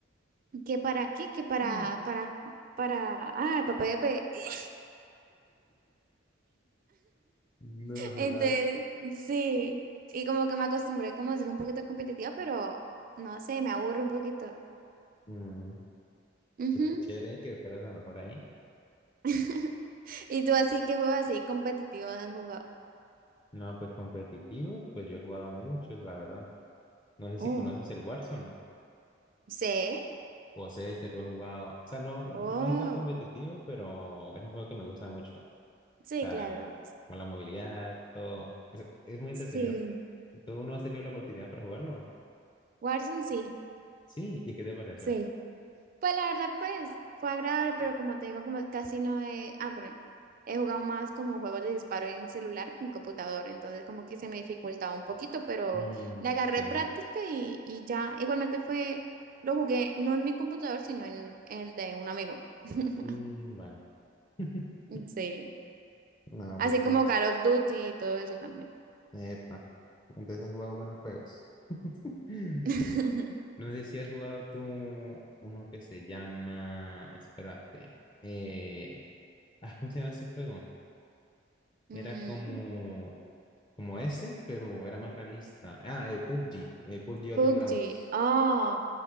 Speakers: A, on the right (about 45°); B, on the left (about 25°).
A: que para qué, que para,
B: No,
A: para, para, ah, papá de pe-". <laughs>
B: mi madre.
A: Entonces, sí, y como que me acostumbré como a ser un poquito competitiva, pero no sé, me aburro un poquito.
B: Mm,
A: Ujú.
B: pues qué chévere que fueras la mejor ahí.
A: <laughs> ¿Y tú así que juegos así competitivos has jugado?
B: No, pues competitivos, pues yo he jugado muchos, la verdad. No sé
A: Oh,
B: si conoces el Warzone
A: sí.
B: o sé si lo he jugado. O sea, no, no
A: Oh.
B: es tan competitivo, pero es un juego que me gusta mucho. O
A: Sí,
B: sea,
A: claro.
B: con la movilidad, todo. Es, es muy entretenido.
A: Sí.
B: ¿Tú no has tenido la oportunidad para jugarlo?
A: Warzone sí.
B: Sí, ¿y qué te pareció?
A: Sí. Pues la verdad, pues fue agradable, pero como te digo, como casi no he. Ah, bueno, he jugado más como juegos de disparo en celular que en computador, entonces como que se me dificultaba un poquito, pero
B: Mm,
A: le agarré
B: sí.
A: práctica y, y ya. Igualmente fue. Lo jugué no en mi computador, sino en el de un amigo. <laughs>
B: Mm, vale. <laughs>
A: Sí.
B: No,
A: Así
B: pues.
A: como
B: sí.
A: Call of Duty y todo eso también.
B: Epa, entonces has jugado buenos juegos. <laughs>
A: <laughs>
B: No sé si has jugado tú uno que se llama, espérate, eh, ah, ¿cómo se llama ese juego?
A: Mm,
B: Era como, como ese, pero era más realista. Ah, eh, PUBG, eh, PUBG Battlegrounds.
A: PUBG. Oh.